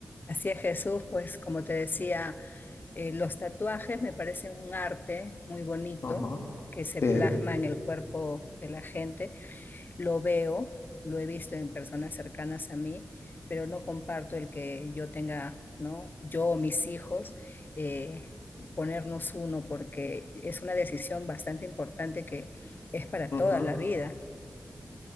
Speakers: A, on the left (about 50°); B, on the left (about 85°).
A: Así es, Jesús, pues como te decía, eh, los tatuajes me parecen un arte muy bonito
B: Ujú,
A: que se
B: Bien.
A: plasma en el cuerpo de la gente. Lo veo, lo he visto en personas cercanas a mí, pero no comparto el que yo tenga, ¿no? Yo o mis hijos, eh, ponernos uno, porque es una decisión bastante importante que es para
B: ujú.
A: toda la vida.